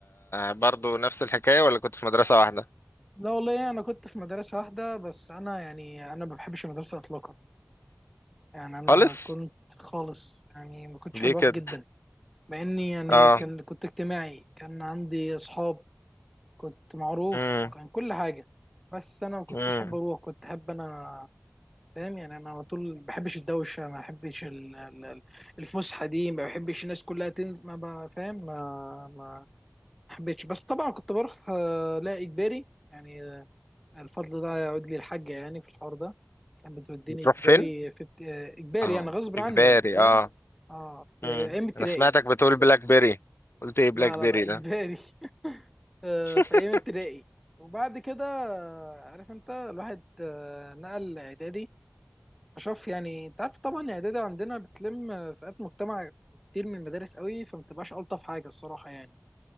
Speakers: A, on the left; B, in the centre.
A: برضو نفس الحكاية ولا كنت في مدرسة واحدة
B: لا والله انا كنت في مدرسه واحده بس انا يعني انا ما بحبش المدرسه اطلاقا يعني انا
A: خالص
B: كنت خالص يعني ما كنتش
A: ليه
B: حابب اروح
A: كده
B: جدا مع اني يعني
A: اه
B: كان كنت اجتماعي كان عندي اصحاب كنت معروف
A: امم
B: كان كل حاجه بس انا ما كنتش
A: امم
B: حابب اروح كنت حابب انا فاهم يعني انا على طول ما بحبش الدوشه ما بحبش ال- ال- ال- الفسحه دي ما بحبش الناس كلها تنزل ما بقى- فاهم ما ما حبيتش بس طبعا كنت بروح آه، لا اجباري يعني الفضل ده يعود لي الحاجة يعني في الحوار ده كانت بتوديني
A: بتروح
B: إجباري
A: فين
B: في ابت- آه، إجباري
A: اه
B: يعني غصب عني
A: اجباري
B: يعني فاهم
A: اه
B: اه في
A: امم
B: أيام ابتدائي
A: انا سمعتك بتقول بلاك بيري قلت ايه بلاك
B: لا لا
A: بيري
B: لا إجباري
A: ده
B: <laughs> آه،
A: <laughs>
B: في أيام ابتدائي وبعد كده آه، عارف أنت الواحد آه، نقل إعدادي أشوف يعني أنت عارف طبعا الإعدادي عندنا بتلم آه، فئات مجتمع كتير من المدارس قوي فما بتبقاش ألطف حاجة الصراحة يعني